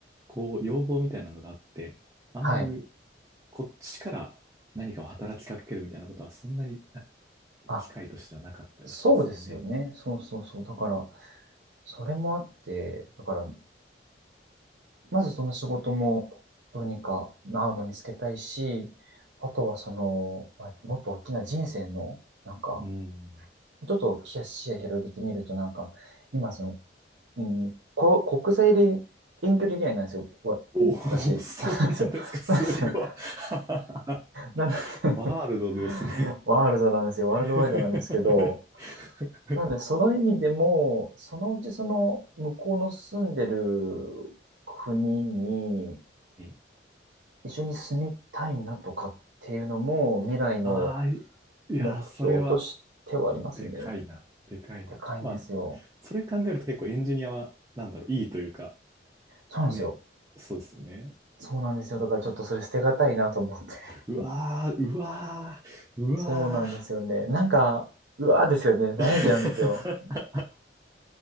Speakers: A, on the right; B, on the right.
A: こう、要望みたいなのがあって、あんまり
B: はい。
A: こっちから何かを働きかけるみたいなことは、そんなにな
B: あ、
A: 機会としてはなかったりしますよね。
B: そうですよね。そうそうそう。だから、それもあって、だから、まずその仕事もどうにか合うの見つけたいし、あとはその、まあもっと大きな人生の、なんか、
A: うん。
B: ちょっと視野広げてみると、なんか、今その、うん、こ国際遠距離恋愛なんですよ、わ私。
A: おーそうなんですか。
B: <laughs> そうですよ。
A: すごい。
B: そうですよ。
A: <laughs>
B: なので <laughs>
A: ワールドですね。
B: ワールドなんですよ。
A: <laughs>
B: ワールドワイドなんですけど、なんで、その意味でも、そのうちその向こうの住んでる国に、
A: はい。
B: 一緒に住みたいなとかっていうのも未来の
A: ああ、いや、
B: 目標としてはありますね。
A: それは、でかいな。でかいな。
B: でかいんですよ。
A: まあ、それ考えると結構エンジニアは、なんだろう、いいというか、
B: そうなんですよ。
A: ね。そうですよね。
B: そうなんですよ。だからちょっとそれ捨てがたいなと思って。<laughs>
A: うわー、うわー、うわ
B: そうなんですよね。なんか、うわーですよね。悩んじゃうんですよ。
A: ー。<laughs>